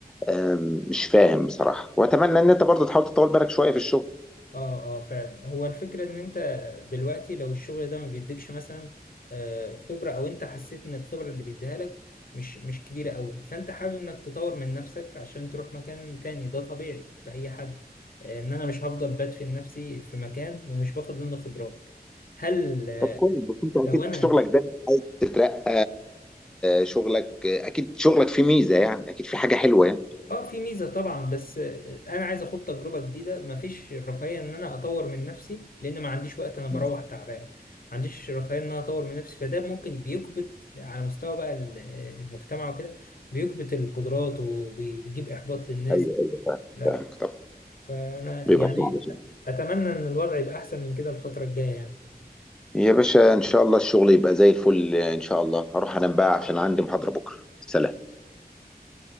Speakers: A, in the centre; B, on the left (about 60°).
A: آم، مش فاهم بصراحه واتمنى ان انت برضه تحاول تطول بالك شويه في الشغل
B: اه اه فعلا هو الفكرة ان انت دلوقتي لو الشغل ده ما بيديكش مثلا آه، خبرة او انت حسيت ان الخبرة اللي بيديها لك مش مش كبيرة قوي فانت حابب انك تطور من نفسك عشان تروح مكان تاني ده طبيعي في اي حد آه، ان انا مش هفضل بدفن نفسي في مكان ومش باخد منه خبرات هل آه،
A: طب كويس بس انت اكيد
B: لو انا
A: في شغلك ده بتترقى شغلك اكيد شغلك فيه ميزه يعني اكيد في حاجه حلوه يعني
B: اه في ميزة طبعا بس انا عايز اخد تجربة جديدة مفيش رفاهية ان انا اطور من نفسي لان ما عنديش وقت انا بروح
A: مم.
B: تعبان ما عنديش رفاهية ان انا اطور من نفسي فده ممكن بيكبت على مستوى بقى ال- المجتمع وكده بيكبت القدرات وبيجيب احباط للناس
A: ايوه ايوه فاهم
B: لا
A: فاهم
B: لا
A: طب
B: فانا
A: بيبقى
B: يعني
A: شغل شغل.
B: اتمنى ان الوضع يبقى احسن من كده الفترة الجاية يعني
A: يا باشا ان شاء الله الشغل يبقى زي الفل ان شاء الله هروح انام بقى عشان عندي محاضره بكره سلام